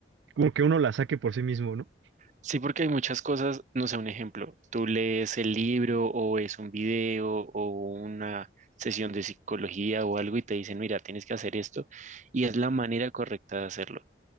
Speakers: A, on the right; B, on the right.
A: como que uno la saque por sí mismo, ¿no?
B: Sí, porque hay muchas cosas, no sé, un ejemplo, tú lees el libro o es un video o una sesión de psicología o algo y te dicen, mira, tienes que hacer esto y es la manera correcta de hacerlo.